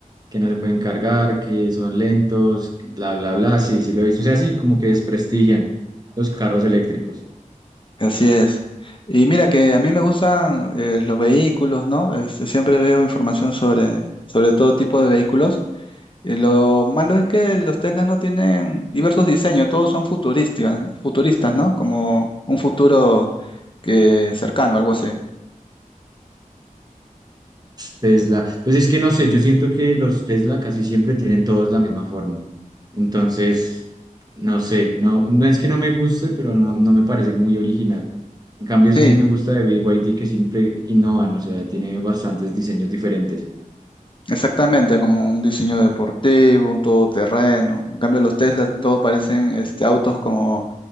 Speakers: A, on the right; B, on the left.
A: que no se pueden cargar, que son lentos, que bla, bla, bla. Sí, sí lo he visto. O sea, sí, como que desprestigian los carros eléctricos.
B: Así es. Y mira que a mí me gustan eh, los vehículos, ¿no? Este, siempre veo información sobre, sobre todo tipo de vehículos. Y lo malo es que los Teslas no tienen diversos diseños, todos son futurísticas, futuristas, ¿no? Como un futuro que cercano, algo así.
A: Tesla. Pues es que no sé, yo siento que los Tesla casi siempre tienen todos la misma forma. Entonces, no sé, no, no es que no me guste, pero no, no me parece muy original. En cambio, eso
B: Sí,
A: sí me gusta de BYD que siempre innovan, o sea, tiene bastantes diseños diferentes. <laughs>
B: exactamente, como un diseño deportivo, un todoterreno. En cambio, los Teslas todo parecen este, autos como